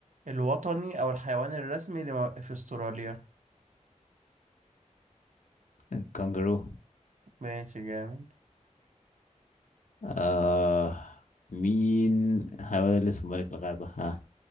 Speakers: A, on the right; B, on the left.
A: الوطني او الحيوان الرسمي لم- في استراليا
B: الكنجرو
A: ماشي جامد
B: آه... مين الحيوان اللي اسمه ملك الغابة ها